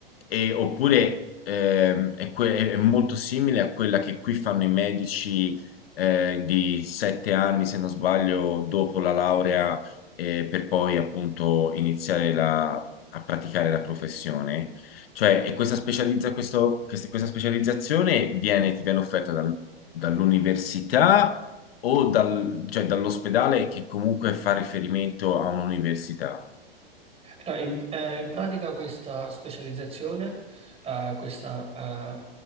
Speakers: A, on the left; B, on the right.
A: e- oppure ehm, è, que- è molto simile a quella che qui fanno i medici eh, di sette anni, se non sbaglio, dopo la laurea eh, per poi appunto iniziare la- a praticare la professione. Cioè, e questa, specializza- questo- questa- questa specializzazione viene, ti viene offerta dal- dall'università o dal- cioè, dall'ospedale che comunque fa riferimento a un'università.
B: No, in, eh, in pratica questa specializzazione, eh, questa eh,